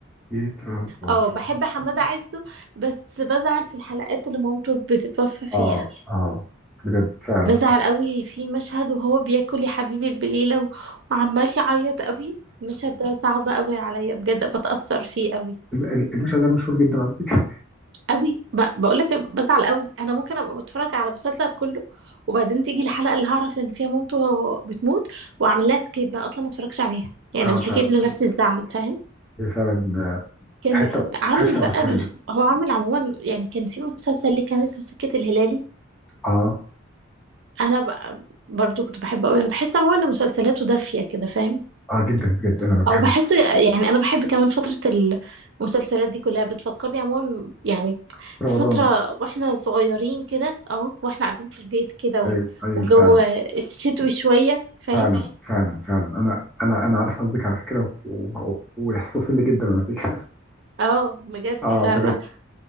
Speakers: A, in the centre; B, on the right.
A: يتربى
B: اه
A: في
B: بحب
A: عزه.
B: حمادة عزه بس بزعل في الحلقات اللي مامته بتتوفى فيها
A: اه اه بجد فعلا
B: بزعل قوي في مشهد وهو بياكل يا حبيبي البليلة و- وعمال يعيط قوي المشهد ده صعب قوي عليا بجد بتأثر فيه قوي
A: ال- ال- المشهد ده مشهور جدا على فكره
B: قوي ب- بقولك بزعل قوي انا ممكن ابقى بتفرج على مسلسل كله وبعدين تيجي الحلقة اللي هعرف ان فيها مامته بتموت واعمل لها سكيب بقى اصلا ما اتفرجش عليها يعني
A: اه
B: مش
A: فعلا
B: هجيب مم. لنفسي الزعل فاهم
A: هي فعلا آه،
B: كان
A: حته
B: عامل
A: حته
B: بقى
A: مؤثره جدا
B: هو عامل عموما يعني كان في مسلسل ليه كان اسمه سكة الهلالي
A: اه
B: انا ب... برضو كنت بحبه قوي انا بحس عموما ان مسلسلاته دافيه كده فاهم
A: اه جدا بجد انا بحب
B: او بحس يعني انا بحب كمان فتره المسلسلات دي كلها بتفكرني عموما يعني
A: رمضان
B: بفتره واحنا صغيرين كده اهو واحنا قاعدين في البيت كده
A: ايوه
B: و...
A: ايوه
B: والجو
A: فعلا
B: شتوي شويه فاهم
A: فعلا فعلا فعلا انا انا انا عارف قصدك على فكره و- و- والاحساس وصل لي جدا على فكره
B: اه بجد
A: <laughs> اه
B: فاهمة
A: بجد